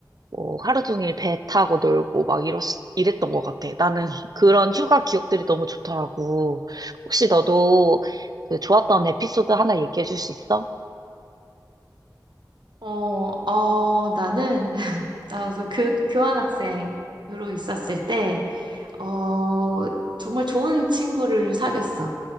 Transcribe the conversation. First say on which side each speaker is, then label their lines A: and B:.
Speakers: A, on the right (about 60°); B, on the right (about 85°).
A: 뭐 하루 종일 배 타고 놀고 막 이랬, 이랬던 것 같아. 나는 <laughs> 그런 휴가 기억들이 너무 좋더라고. 혹시 너도 그 좋았던 에피소드 하나 얘기해 줄 수 있어?
B: 어, 어, 나는, <laughs> 나도 교, 교환학생으로 있었을 때, 어, 정말 좋은 친구를 사귀었어.